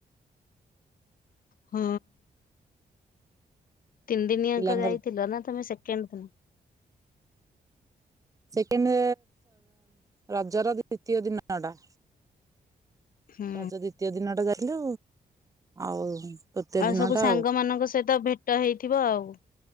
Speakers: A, on the left (about 65°); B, on the right (about 20°).
A: ହଁ। ତିନି ଦିନି
B: ପିଲାଙ୍କର
A: ଆଙ୍କ ଯାଇଥିଲ ନା ତମେ ସେକେଣ୍ଡ ଦିନ?
B: ସେକେଣ୍ଡ ରଜର ଦ୍ଵିତୀୟ ଦିନ ଟା।
A: ହୁଁ
B: ରଜ ଦ୍ଵିତୀୟ ଦିନ ଟା ଯାଇଥିଲୁ। ଆଉ ତୃତୀୟ
A: ଆଉ
B: ଦିନ
A: ସବୁ
B: ଟା
A: ସାଙ୍ଗ ମାନଙ୍କ ସହିତ ଭେଟ ହେଇଥିବ ଆଉ।